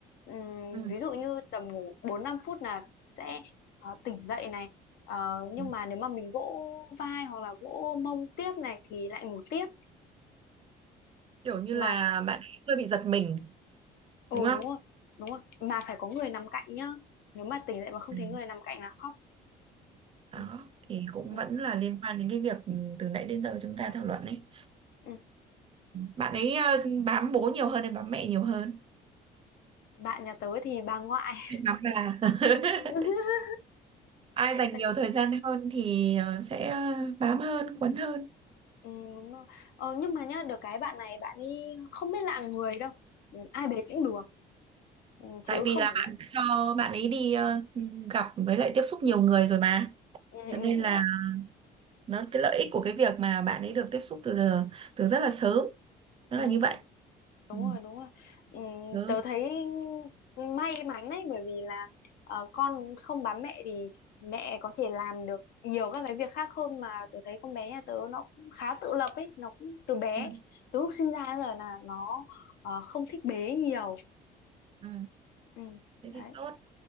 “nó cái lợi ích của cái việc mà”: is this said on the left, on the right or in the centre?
Right